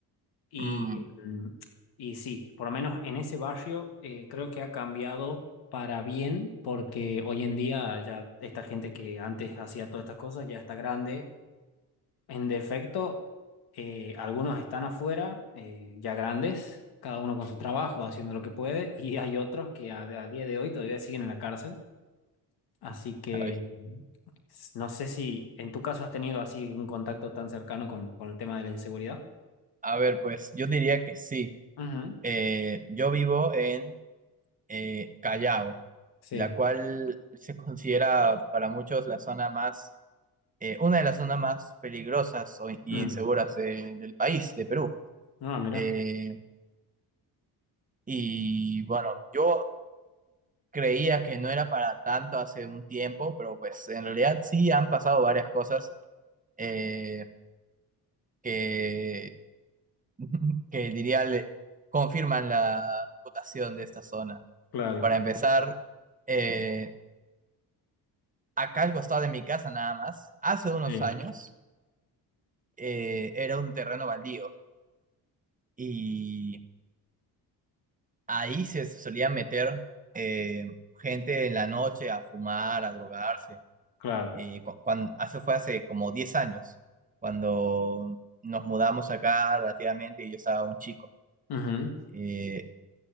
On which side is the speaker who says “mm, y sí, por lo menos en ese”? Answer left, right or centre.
Left